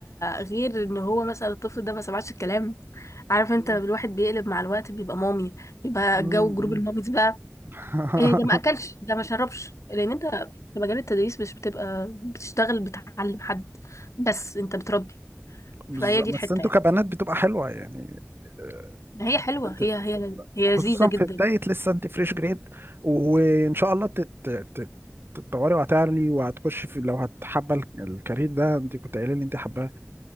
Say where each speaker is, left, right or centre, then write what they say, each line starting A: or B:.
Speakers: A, on the left; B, on the right.
A: غير ان هو مثلا الطفل ده ما سمعش الكلام عارف انت
B: مم.
A: الواحد بيقلب مع الوقت بيبقى مامي بيبقى
B: مم.
A: جو جروب الماميز بقى
B: <laughs>
A: إيه ده ما اكلش ده ما شربش لان انت في مجال التدريس مش بتبقى بتشتغل بتعلم حد بس انت بتربي
B: بالظبط
A: فهي دي
B: بس
A: الحته
B: أنتوا
A: يعني
B: كبنات بتبقى حلوة يعني آه،
A: هي حلوه
B: أنت
A: هي هي هي لذيذه
B: خصوصا
A: جدا
B: في بداية لسه أنت فريش جريد وإن شاء الله تت... تت... تتطوري وهتعلي وهتخش في لو هتحب ال- الكارير ده أنت كنت قايلة لي أنت حباه